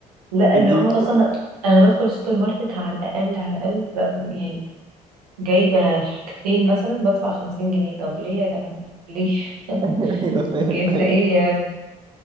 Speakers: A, on the right (about 25°); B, on the right (about 85°).
A: <laughs>
B: لا
A: انت
B: اللي هو
A: بتقولي
B: اصلا
A: <laughs>
B: انا بدخل السوبر ماركت على الاقل على الاقل ب- يعني جايبه حاجتين مثلا بدفع 50 جنيه طب ليه يا جماعه ليه <laughs>
A: ايوه أيوة،
B: جبت
A: فاهم
B: ايه يا